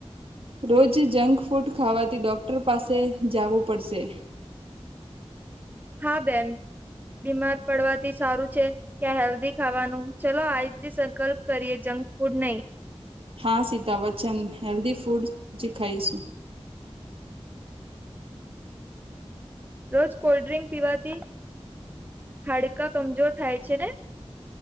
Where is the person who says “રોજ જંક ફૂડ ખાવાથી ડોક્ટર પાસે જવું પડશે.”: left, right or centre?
Right